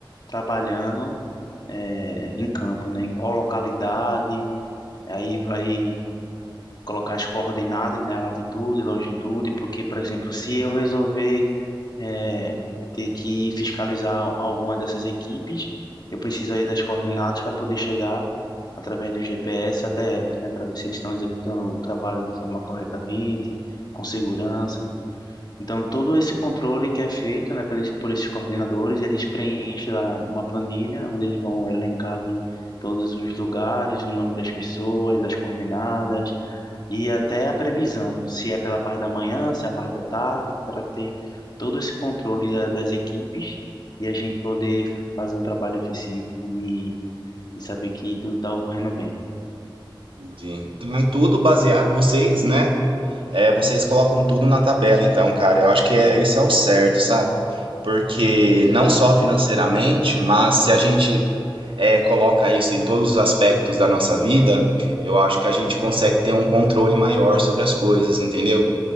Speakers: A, on the left; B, on the right.
A: trabalhando é, em campo, né? Em qual localidade, aí vai colocar as coordenadas, né, a latitude, longitude, porque, por exemplo, se eu resolver eh, ter que fiscalizar alguma dessas equipes, eu preciso aí das coordenadas para poder chegar através do GPS até elas, né, para ver se eles estão executando o trabalho de forma corretamente, com segurança. Então, todo esse controle que é feito, né, por esse- por esses coordenadores, eles preenchem lá uma planilha onde eles vão elencar ali todos os lugares, o nome das pessoas, as coordenadas, e até a previsão, se é pela parte da manhã, se é a parte da tarde, para ter todo esse controle da- das equipes e a gente poder fazer um trabalho eficiente e, e saber que tudo está ocorrendo bem.
B: Entendi. Então é tudo baseado, vocês, né? É, vocês colocam tudo na tabela, então, cara, eu acho que é isso é o certo, sabe? Porque não só financeiramente, mas se a gente eh, coloca isso em todos os aspectos da nossa vida, eu acho que a gente consegue ter um controle maior sobre as coisas, entendeu?